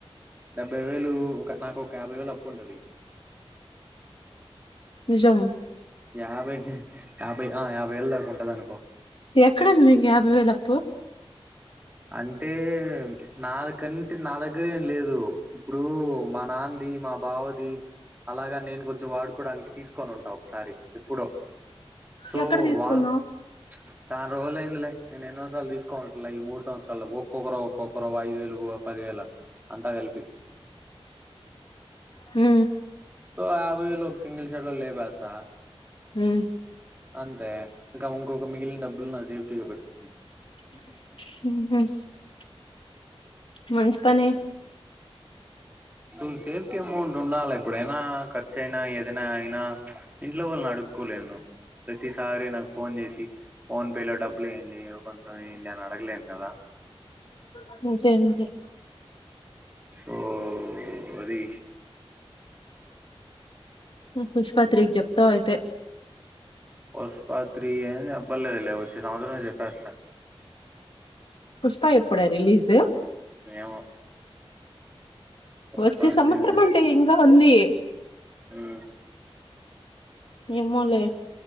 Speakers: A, on the right; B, on the left.
A: డెబ్బై వేలు ఒక నాకు ఒక యాభై వేలు అప్పు ఉంటది
B: నిజా
A: యాభై యాభై ఆ యాభై ఏళ్ళ దా ఉంటది అనుకో
B: ఎక్కడంది మీకు యాభై వేల అప్పు
A: అంటే నాకంటే నా దగ్గర ఏం లేదు ఇప్పుడు మా నాన్న మా బావది అలాగా నేను కొంచెం వాడుకోవడానికి తీసుకొని ఉంటా ఒకసారి ఎప్పుడో సో
B: ఎక్కడ తీసుకున్నావ్
A: వాళ్ళ చా రోులులయిందిలే నే ఎన్నో సార్లు తీసుకుంటా ఈ మూడు సంవత్సరాలు ఒక్కొక్కరు ఒక్కొక్కరు ఐదు వేలు పది వేలు అంతా కలిపి
B: హ
A: సో యాభై వేలు ఒక సింగిల్ షెడ్ లో లే బసా
B: ఉమ్
A: అంతే ఇంకాం ఇంకా మిగిలిన డబ్బులు నా సెపరేట్ పెట్టుంది
B: హ మంచించిపనే
A: సో సేఫ అమౌంట్ ఉన్నా ఇప్పుడు ఏ ఖర్చ అయినా ఏదయినా అయిన ఇంట్లో వాళ్ళని అడుక్కోలేను ప్రతిసారి నాకు ఫోన్ చేసి ఫోన్ పే లో డబ్బులు వేయండి కొంచెం ఏయండి అని అడగలేను కదా
B: అంతే అంతే
A: సోది
B: పుష్ప త్రీ కి చెప్పావ్ అయితే
A: పుష్ప త్రీ ఏ అబ్బలేదు లే వచ్చే సంవత్సరమే చెప్పేస్తా
B: పుష్ప ఎప్పుడే రిలీజు
A: ఏమో పర్లేదు
B: వచ్చే సంవత్సరం అంటే ఇంకా ఉంది
A: ఉమ్,
B: ఏమోలే